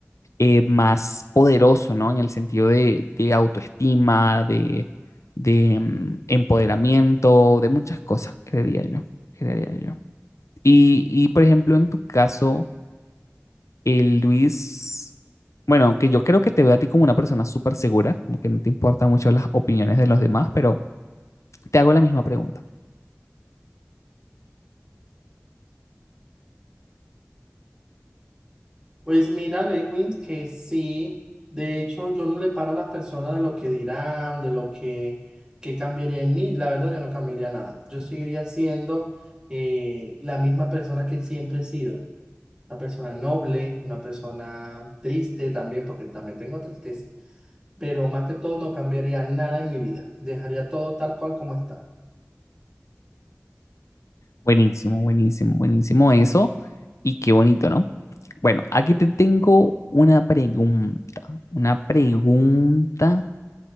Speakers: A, on the left; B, on the right.
A: eh, más poderoso, ¿no? En el sentido de, de autoestima, de, de em, empoderamiento, de muchas cosas, creería yo, creería yo. Y, y, por ejemplo, en tu caso, el Luis, bueno, que yo creo que te veo a ti como una persona súper segura, como que no te importan mucho las opiniones de los demás, pero te hago la misma pregunta.
B: Pues mira, Lewin, que sí, de hecho yo no le paro a las personas de lo que dirán, de lo que, que cambiaría en mí, la verdad yo no cambiaría nada, yo seguiría siendo eh, la misma persona que siempre he sido, una persona noble, una persona triste también, porque también tengo tristeza, pero más que todo no cambiaría nada en mi vida, dejaría todo tal cual como está.
A: Buenísimo, buenísimo, buenísimo eso. Y qué bonito, ¿no? Bueno, aquí te tengo una pregunta, una pregunta